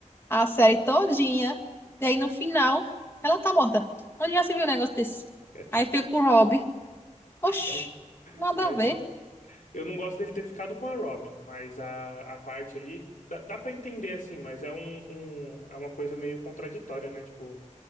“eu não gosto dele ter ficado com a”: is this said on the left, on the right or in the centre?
Left